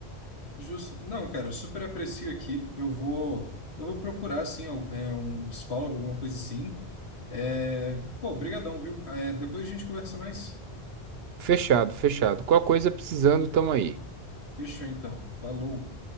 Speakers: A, on the left (about 70°); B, on the right (about 70°).
A: Justo. Não, cara, eu super aprecio aqui. Eu vou, eu vou procurar, assim, al- é, um psicólogo, alguma coisa assim. É, pô, brigadão, viu? É, depois a gente conversa mais.
B: Fechado, fechado. Qual coisa precisando, tamo aí.
A: Fechou, então. Falou.